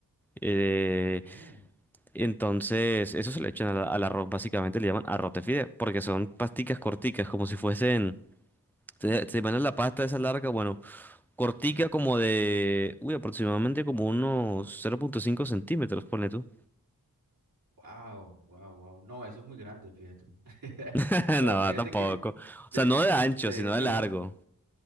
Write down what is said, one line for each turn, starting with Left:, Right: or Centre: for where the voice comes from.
Centre: eh,
Right: Okay.
Centre: entonces, eso se le echan al, al arroz, básicamente le llaman arroz de fideo, porque son pasticas corticas, como si fuesen, se, se van en la pasta esa larga, bueno. Cortica
Right: ujú.
Centre: como de, uy, aproximadamente como unos 0.5 centímetros, ponle tú.
Right: Wow, wow, wow. No, eso es muy grande, fíjate. <laughs>
Centre: <laughs>
Right: No,
Centre: No,
Right: fíjate
Centre: tampoco.
Right: que
Centre: O sea,
Right: de,
Centre: no de ancho,
Right: de
Centre: sino
Right: hecho.
Centre: de largo.